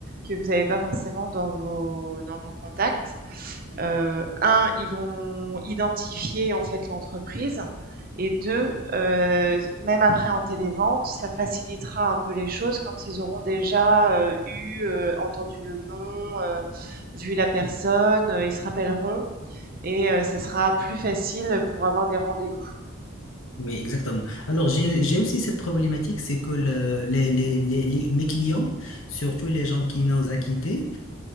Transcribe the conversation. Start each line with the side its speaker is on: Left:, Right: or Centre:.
Right: que vous n'avez pas forcément dans vos dans vos contacts. Euh, un, ils vont identifier en fait l'entreprise. Et deux, euh, même après en télévente, ça facilitera un peu les choses quand ils auront déjà euh, eu, euh, entendu le nom, euh, vu la personne, euh, ils se rappelleront et euh, ça sera plus facile pour avoir des rendez-vous.
Left: Oui, exactement. Alors, j'ai, j'ai aussi cette problématique, c'est que le- les, les, les, les- mes clients, surtout les gens qui nous ont quittés,